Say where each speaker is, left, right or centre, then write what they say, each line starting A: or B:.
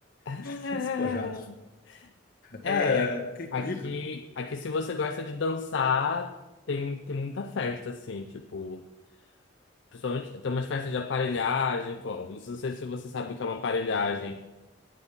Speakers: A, on the left (about 60°); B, on the left (about 45°).
A: <laughs>
B: <laughs> que despojado.
A: É,
B: É, que equilíbrio,
A: aqui, aqui se você gosta de dançar, tem, tem muita festa, assim, tipo... Principalmente, tem umas festas de aparelhagem, como, não sei se você sabe o que é uma aparelhagem.